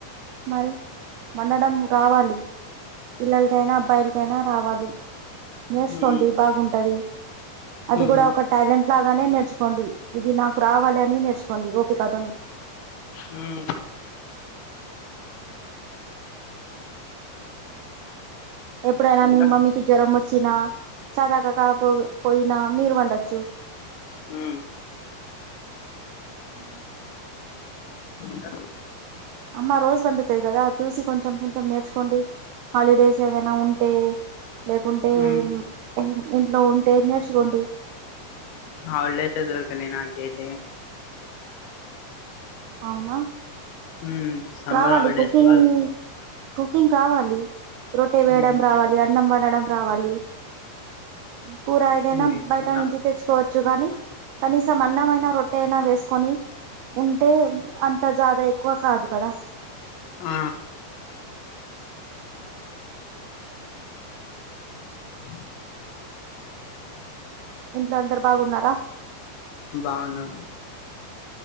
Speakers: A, on the right; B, on the left.
A: మరి వండడం రావాలి పిల్లలకైనా, అబ్బాయిలకి చనా రావాలి నేర్చుకోండి
B: మ్మ్
A: బాగుంటది. అది
B: మ్మ్
A: కూడా ఒక టాలెంట్ లాగానే నేర్చు కోండి ఇది నాకు రావాలి అని నేర్చుకోండి ఓపికదోని
B: హమ్
A: ఎప్పుడైనా
B: ఇంకా
A: మీ మమ్మీకి జ్వరం వచ్చినా, చదాకా పోయినా మీరు వండడి.
B: ఆ
A: అ
B: ఇంక
A: అమ్మా రోజు పండుతుది కదా చూసి కొంచెం కొంచెం నేర్చుకోండి హాలిడేస్. ఏమైనా ఉంటే లేకుంటే
B: మ్మ్
A: మ్ ఇంట్లో ఉంటే నేర్చుకోండి.
B: హాలిడేసే దొరకలే నా కేతే
A: అవునా
B: మ్మ్ సమ్మర్
A: రావాలి
B: హాలిడేస్
A: కుకింగ్
B: కూడా
A: కుకింగ్ కావాలి రొట్టే వేయడం
B: మ్మ్
A: రావాలి అన్నం వ వండడం రావాలి పూరా ఏదైనా
B: లేకుండా
A: బయట నుంచి తెచ్చుకోవచ్చు. చ్చు కానీ కనీసం అన్నంమైనా, రొట్టె అయినా వేసుకొని ఉంటే అంత జాదా ఎక్కువ కాదు కదా
B: ఆ అ
A: ఇంట్లో అందరు బాగున్నారా
B: బాగున్నారు